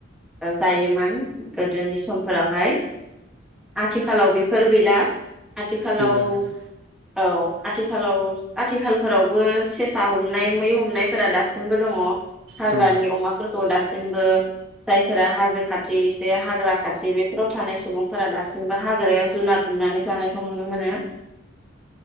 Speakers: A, in the centre; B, on the right (about 60°).
A: जायोमोन गोदोनि समफोरावहाय आथिखालाव बेफोर गैला आथिखालाव
B: गैला गैला
A: अ औ आथिखालाव आथिखालफोरावबो सेसा हमनाय मै हमनायफोरा दासिमबो दङ। हाग्रानि
B: दङ
A: अमाफोरखौ दासिमबो जाय फोरा हाजो खाथिसे हाग्रा खाथि बेफोराव थानाय सुबुंफोरा दासिमबो हाग्रायाव जुनार हमनानै जानायखौ नुनो मोनो